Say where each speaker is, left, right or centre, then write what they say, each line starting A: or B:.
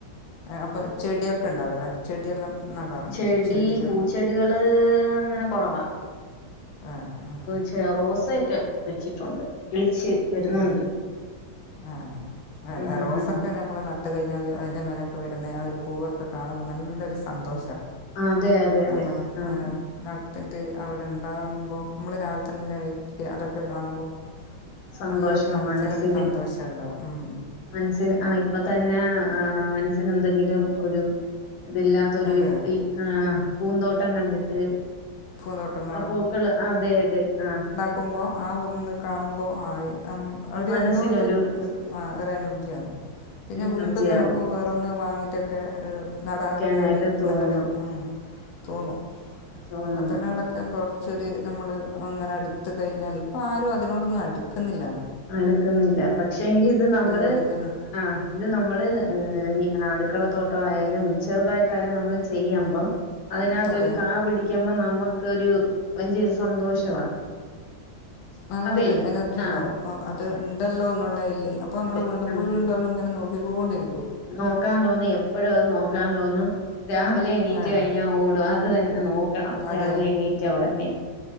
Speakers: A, on the left (about 85°); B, on the left (about 65°).
A: അപ്പൊ ചെടിയൊക്കെണ്ടാവല്ലെ ചെടിയെല്ലാം നടാറുണ്ടോ
B: ചെടി
A: ചെടികൾ
B: പൂച്ചെടികള് അങ്ങനെ കൊറവാ
A: ആഹ് ആഹ്
B: കൊറച്ച് റോസയൊക്കെ വെച്ചിട്ടുണ്ട് കിളിച്ച് വരുന്നുണ്ട്
A: ആഹ് ആഹ് അല്ല
B: ഉം ഉം
A: റോസൊക്കെ
B: ഉം
A: നമ്മള് നട്ട് ട്ട് കയിഞ്ഞാല് അയ്ൻ്റെ മേലൊക്കെ വെരുന്നെ ആഹ് ഒരു പൂവൊക്കെ കാണുമ്പോ നല്ലൊരു സന്തോഷാ
B: അതെ അതെ അതെ
A: ഞമ്മള്
B: ആന്ന്
A: ആതെ നട്ടിട്ട് അവിടെ ണ്ടാവുമ്പോ മ്മള് രാവിലെ തന്നെവെക്ക അതൊക്കെ കാണുമ്പോ
B: സന്തോഷാ
A: നല്ലൊരു മനസ്സിനൊരു
B: മനസ്സിന്
A: സന്തോഷ ണ്ടാവും ഉം
B: മനസ്സിന് ആഹ് ഇപ്പ തന്നെ ആഹ് മനസ്സിന് എന്തെങ്കിലും ഒരു ഇതില്ലാ ത്തൊരു
A: അതെ
B: വ്യക്തി ആഹ് പൂന്തോട്ടം കണ്ടിട്ട്.
A: പൂന്തോട്ടം
B: ആഹ് പൂക്കള് അതെ അതെ ആഹ്.
A: ക്കുമ്പോ ആഹ് ഒന്ന് കാണുമ്പോ ആയി അം അവിടെ
B: ഒരു മനസ്സിനൊരു
A: എന്തോ ഒരു ഒരു എനർജിയാണ്. പിന്നെ
B: എനർജിയാവും
A: വീണ്ടും നമുക്ക് വേറൊന്ന് വാങ്ങിയിട്ടൊക്കെ ഏഹ് നടാനൊക്കെ
B: വെക്കാനായിട്ട്
A: ക്കെരു
B: തോന്നും
A: നല്ലൊരുമം തോന്നും
B: തോന്നും
A: അതന്നവിടെ.
B: തോന്നും
A: ത് കൊറച്ചൊരു നമ്മള് അങ്ങനെ അടുത്ത് കഴിഞ്ഞാല് ഇപ്പ ആരും അതിനോടൊന്നും അടുക്കുന്നില്ലാല്ലോ.
B: അടുക്കുന്നില്ല പക്ഷേങ്കില് ഇത് നമ്മള്.
A: ഉള്ളിൽ തന്നെ
B: ആഹ് ഇത് നമ്മള് അടുക്കളത്തോട്ടം ആയാലും ചെറുതായിട്ടായാലും നമ്മള് ചെയ്യമ്പം. അതിനാത്തൊരു
A: അതെ
B: കാ പിടിക്കുമ്പോ നമ്മക്കൊരു വല്ല്യോരു സന്തോഷവാ.
A: നല്ലൊരു
B: അതെ
A: എനർജിണ്ടാവും
B: ആഹ്
A: അത് ണ്ടല്ലോ എന്നുള്ളേല് അപ്പൊ
B: അതെ
A: മ്മള് വീണ്ടുംവീണ്ടും
B: ആഹ്
A: അത്ങ്ങനെ നോക്കി. ക്കികോണ്ടിരിക്കോ.
B: നോക്കാൻ തോന്നി എപ്പഴും അത് നോക്കാ തോന്നും. രാവിലെ എണീറ്റ്
A: ആഹ്
B: കഴിഞ്ഞാ ഓടും അത് തന്നെ നോക്കണം
A: അതെ
B: രാവിലെ എണീറ്റ ഒടനെ.